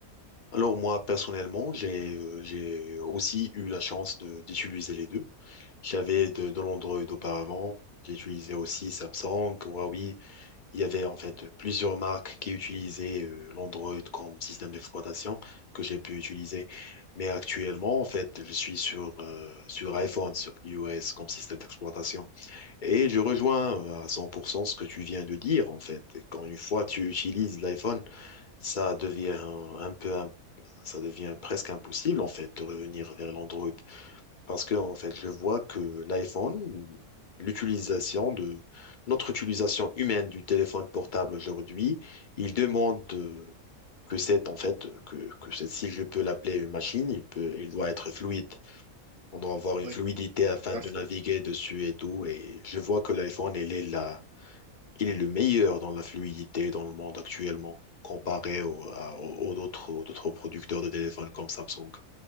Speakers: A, on the left; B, on the right.
A: Alors moi, personnellement, j'ai euh, j'ai aussi eu la chance de- d'utiliser les deux. J'avais de, de l'Android auparavant. J'ai utilisé aussi Samsung, Huawei. Il y avait en fait plusieurs marques qui utilisaient euh, l'Android comme système d'exploitation que j'ai pu utiliser. Mais actuellement, en fait, je suis sur, euh, sur iPhone, sur iOS comme système d'exploitation. Et je rejoins euh, à 100% ce que tu viens de dire, en fait. Quand une fois tu utilises l'iPhone, ça devient un, un peu, un- ça devient presque impossible, en fait, de revenir vers l'Android. Parce que, en fait, je vois que l'iPhone, l'utilisation de, notre utilisation humaine du téléphone portable aujourd'hui, il demande euh, que c'est, en fait, euh, que, que c'est- si je peux l'appeler une machine, il peut, il doit être fluide. On doit avoir une
B: Oui,
A: fluidité afin
B: tout
A: de
B: à fait.
A: naviguer dessus et tout. Et je vois que l'iPhone, il est là, il est le meilleur dans la fluidité dans le monde actuellement, comparé au- à- au- aux autres, aux autres producteurs de téléphones comme Samsung.